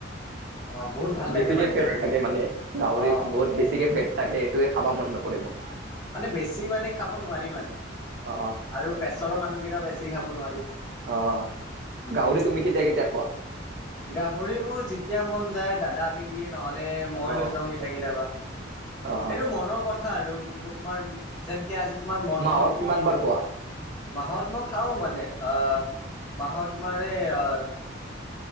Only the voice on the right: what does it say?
বেছিকে
ফেট
থাকে মানে গাহৰিত
বহুত বেছিকে ফেট থাকে এইটোৱে খাবা মন ন কৰে মোক।
অ
অ',
গাহৰি তুমি কেতিয়া কেতিয়া খোৱা?
অ
অ
মাহত
কিমান বাৰ খোৱা